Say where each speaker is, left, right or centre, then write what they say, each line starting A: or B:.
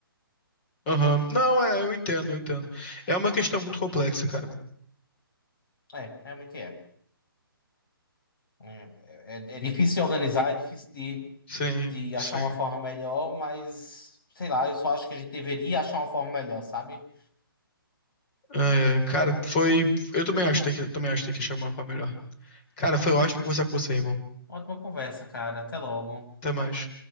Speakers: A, on the left; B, on the left.
A: Aham. Não, é, eu entendo, eu entendo. É uma questão muito complexa, cara.
B: É, realmente é. É, é, é difícil de organizar, é difícil de,
A: Sim,
B: de achar
A: sim.
B: uma forma melhor, mas sei lá, eu só acho que a gente deveria achar uma forma melhor, sabe?
A: É, é, cara, foi. Eu também acho que tem que, também acho que tem que chamar uma melhor. Cara, foi ótimo conversar com você, irmão.
B: Ótima conversa, cara. Até logo.
A: Até mais.